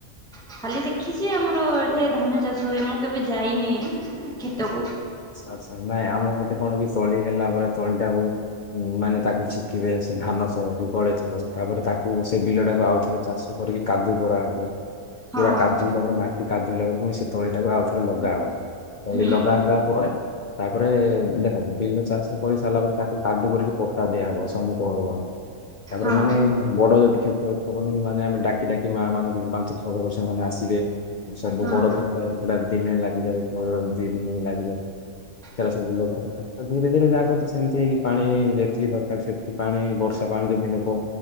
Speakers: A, in the centre; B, on the left.
A: ଖାଲି ଦେଖିଛି ଆମର ଏଠି ଧାନ ଚାଷ ହୁଏ ମୁଁ କେବେ ଯାଇନି କ୍ଷେତକୁ।
B: ଆଚ୍ଛା ଆଚ୍ଛା ନାଇଁ ଆମ ପଟେ କଣ କି ତଳି ହେଲା ବଳେ ତଳି ଟାକୁ ହୁଁ ମାନେ ତାକୁ ଛେକିବେ ସେ ଧାନ ସ ବୁ ଗଳିଥିବ ତାପରେ ତାକୁ ସେ ବିଲ ଟାକୁ ଆଉଥରେ ଚାଷ କରିକି କାଦୁ କରାହବ।
A: ହଁ
B: ପୁରା କାଦୁ ହେଲା ପରେ ମାଟି କାଦୁ ହେଲା ପରେ ପୁଣି ସେ ତଳି ଟାକୁ ଆଉଥରେ ଲଗା ହବ ତଳି
A: ହୁଁ
B: ଲଗା
A: ହୁଁ
B: ହେଲା ପରେ ତାପରେ ଦେଖ ବିଲ ଚାଷ କରିସାରିଲା ପରେ ତାକୁ କାଦୁ କରିକି ପଟା ଦିଆହବ ସମତଳ ହବାକୁ ତାପରେ
A: ହଁ
B: ମାନେ ବଡ ଯଦି କ୍ଷେତ ହେଇଥିବ ମାନେ ଡାକି ଡାକି ମା ମାନଙ୍କୁ ପାଞ୍ଚ ଛଅ ଘର ସେମାନେ ଆସିବେ ସବୁ
A: ହଁ
B: ବଡ କ୍ଷେତ ସେଟା ଦିନେ ଲାଗିଯାଉ ଦି ଦିନ ବି ଲାଗିଯାଉ
A: ଁ <unintelligible>
B: ସେଇଟା ସବୁ ଲଗାହେଲେ ଧୀରେ ଧୀରେ ଯାହାକୁ ସେମିତି ହେଇକି ପାଣି ଯେତିକି ଦରକାର ସେତିକି ପାଣି ବର୍ଷା ପାଣି ଧୀରେ ଧୀରେ ହବ।